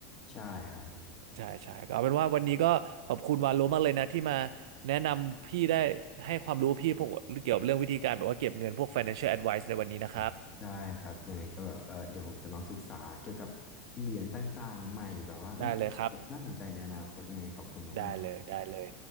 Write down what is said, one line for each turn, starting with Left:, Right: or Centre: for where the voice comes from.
Left: ใช่ครับผม
Right: ใช่ใช่ก็เอาเป็นว่าวันนี้ก็ขอบคุณวาโลมากเลยนะที่มาแนะนำพี่ได้ให้ความรู้พี่พวกเกี่ยวกับเรื่องวิธีการแบบว่าเก็บเงินพวก financial advice ในวันนี้นะครับ
Left: อืมได้ครับยังไงก็แบบเออเดี๋ยวผมจะลองศึกษาเกี่ยวกับเหรียญต่างๆใหม่แบบว่าเอ้ย
Right: ได้เลยครับ
Left: น่าสนใจในอนาคตยังไงขอบคุณมากๆ
Right: ได้เลยได้เลย